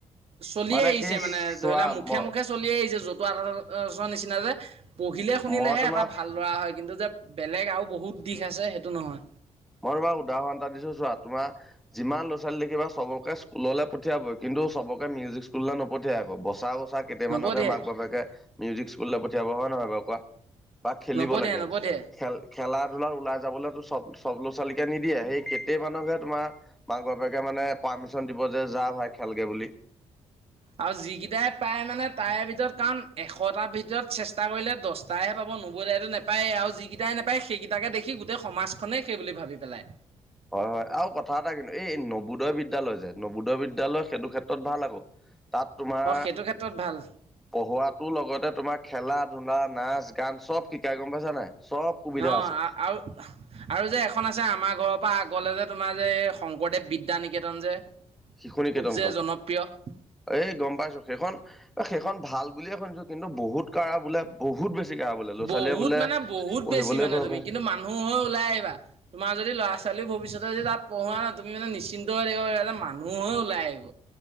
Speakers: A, on the right; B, in the centre.
A: চলি
B: মানে
A: আহিছে
B: কি চোৱা
A: ধৰি লোৱা মুখে
B: ম
A: মুখে চলি আহিছে জতুৱা ঠাচৰ নিচিনা যে পঢ়িলে শুনিলেহে
B: মই তোমাক
A: এটা ভাল ল'ৰা হয়। কিন্তু যে বেলেগ আৰু বহুত দিশ আছে সেইটো নহয়।
B: মই তোমাক উদাহৰণ এটা দিছোঁ চোৱা তোমাৰ যিমান ল'ৰা ছোৱালী দেখিবা চবকে স্কুললৈ পঠিয়াবই কিন্তু চবকে মিউজিক স্কুললৈ নপঠিয়াই কিন্তু বচা বচা কেইটামানকহে
A: নপঠিয়াই
B: মাক বাপেকে মিউজিক স্কুললৈ পঠিয়াব হয় নহয় বাৰু কোৱা? বা খেলিব
A: নপঠিয়াই
B: লাগে,
A: নপঠিয়াই
B: খেল খেলা ধূলাৰ ওলাই যাবলৈতো চব চব ল'ৰা ছোৱালীকে নিদিয়ে সেই কেটেমানকে তোমাৰ মাক বাপেকে মানে পাৰ্মিশন দিব যে যা ভাই খেলগে বুলি।
A: আৰু যিকেইটাই পায় মানে তাৰে ভিতৰত কাৰণ এশটাৰ ভিতৰত চেষ্টা কৰিলে দহ তাইহে পাব নুবদাইতো নাপায়েই আৰু যিকেইটাই নাপায় সেইকেইটাকে দেখি গোটেই সমাজখনেই সেই বুলি ভাবি পেলায়।
B: হয় হয় আৰু কথা এটা কিন্তু এই নবোদয় বিদ্যালয় যে। নবোদয় বিদ্যালয় সেইটো ক্ষেত্ৰত ভাল আকৌ, তাত তোমাৰ
A: অঁ সেইটো ক্ষেত্ৰত ভাল
B: পঢ়োৱাতোৰ লগতে তোমাৰ খেলা, ধূলা, নাচ, গান চব শিকাই গম পাইছা নাই। চব সুবিধা
A: অঁ
B: আছে।
A: আৰু আৰু যে এখন আছে আমাৰ ঘৰৰ পৰা আগলে যে তোমাৰ যে এই শংকৰদেৱ বিদ্যা নিকেতন যে।
B: শিশু নিকেতনখন
A: খুব যে জনপ্ৰিয়।
B: এই গম পাইছোঁ সেইখন, সেইখন ভাল বুলিয়ে শুনিছোঁ। কিন্তু বহুত কাঢ়া বোলে বহুত বেছি কাঢ়া বোলে ল'ৰা ছোৱালীয়ে
A: বহুত
B: বোলে,
A: মানে বহুত
B: পঢ়িবলে
A: বেছি মানে
B: ভয় কৰে।
A: <unintelligible> হৈ ওলাই আহিবা। তোমাৰ যদি ল'ৰা ছোৱালীও ভৱিষ্যতে যদি তাত পঢ়োৱা নাই তুমি মানে নিশ্চিন্ত হৈ থাকিব <unintelligible> মানুহ হৈ ওলাই আহিব।